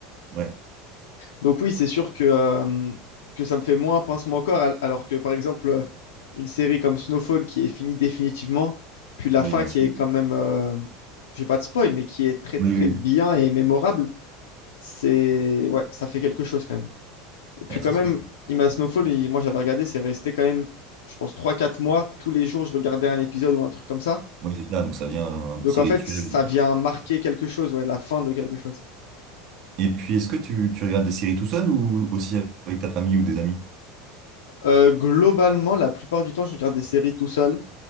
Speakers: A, on the right (about 50°); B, on the left (about 70°).
A: Ouais,
B: Donc oui, c'est sûr que, euh, que ça me fait moins pincement au corps, al- alors que par exemple, euh, une série comme Snowfall qui est finie définitivement, puis la
A: oui,
B: fin
A: là,
B: qui
A: c'est.
B: est
A: Oui,
B: quand même, euh, j'ai pas de spoil, mais qui est très très
A: oui, oui.
B: bien et mémorable, c'est ouais, ça fait quelque chose quand même. Et puis
A: Ouais,
B: quand
A: ça
B: même,
A: se comprend.
B: Ima Snowfall, il- moi j'avais regardé, c'est resté quand même, je pense, trois quatre mois, tous les jours je regardais un épisode ou un truc comme ça.
A: Oui, c'est ça, donc ça vient un petit
B: Donc en
A: rituel.
B: fait, ça vient marquer quelque chose, ouais, la fin de quelque chose.
A: Et puis, est-ce que tu, tu regardes des séries tout seul ou aussi avec ta famille ou des amis?
B: Euh, globalement, la plupart du temps, je regarde des séries tout seul.